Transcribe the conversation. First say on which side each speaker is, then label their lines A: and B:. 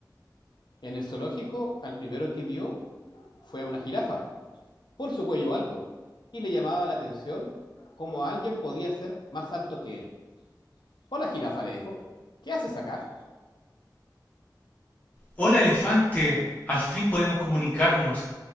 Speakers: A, on the left; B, on the left.
A: En el zoológico, al primero que vio fue a una jirafa, por su cuello alto, y le llamaba la atención cómo alguien podía ser más alto que él. Hola, jirafa, le dijo. ¿Qué haces acá?
B: Hola elefante, al fin podemos comunicarnos.